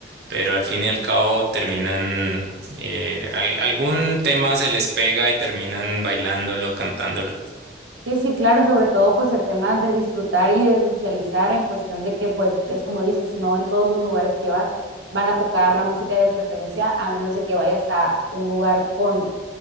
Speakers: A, on the right (about 60°); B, on the right (about 75°).
A: pero al fin y al cabo terminan, eh, al- algún tema se les pega y terminan bailándolo, cantándolo.
B: Sí, sí, claro, sobre todo pues el tema de disfrutar y de socializar en cuestión de que pues es como dices, no en todos los lugares que vas van a tocar la música de preferencia a menos de que vayas a un lugar con